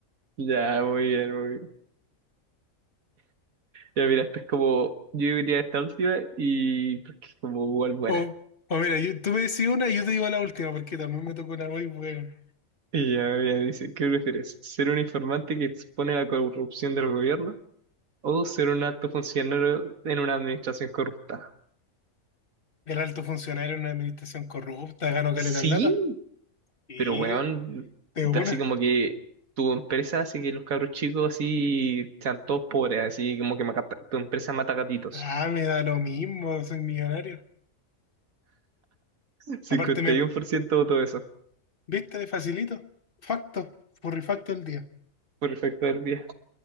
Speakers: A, on the right (about 85°); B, on the left (about 45°).
A: Ya, muy bien, muy bien. Ya mira, esta es como, yo diría esta última y porque es como igual buena.
B: O, o mira, yo- tú me decís una y yo te digo la última, porque también me tocó una muy buena.
A: Y ya mira, dice, ¿qué prefieres? ¿Ser un informante que expone la corrupción del gobierno o ser un alto funcionario en una administración corrupta?
B: ¿El alto funcionario en una administración corrupta, ganó caleta
A: Sí,
B: de plata. Y
A: pero weón,
B: de una.
A: así como que tu empresa, así que los cabros chicos así sean todos pobres, así como que mata- tu empresa mata gatitos.
B: Ah, me da lo mismo, soy millonario.
A: 51%
B: Aparte, me,
A: de todo eso.
B: ¿viste? Facilito. Facto, furrifacto el día.
A: Perfecto del día.